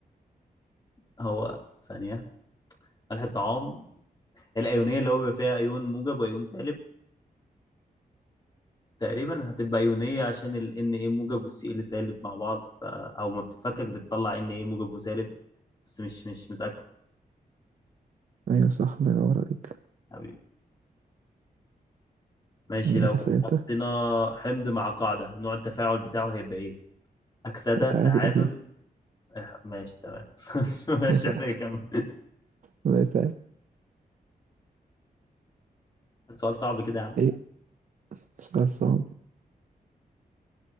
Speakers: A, on the left; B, on the right.
A: هو ثانية الحطام الأيونية اللي هو بيبقى فيها أيون موجب وأيون سالب تقريبا هتبقى أيونية عشان ال ان ايه موجب وال سي ال سالب مع بعض ف... أو ما بتتفكك بتطلع ان ايه موجب وسالب بس مش مش متأكد
B: أيوه صح الله ينور عليك
A: حبيبي ماشي
B: ماشي
A: لو
B: اسأل أنت
A: حطينا حمض مع قاعدة نوع التفاعل بتاعه هيبقى ايه؟ أكسدة
B: تعادل
A: تعادل
B: أكيد
A: <laughs> إح- ماشي تمام <laughs> مش مش
B: مثلا
A: محتاج اكمل
B: مثلا
A: <laughs> سؤال صعب كده يا عم
B: إيه سؤال صعب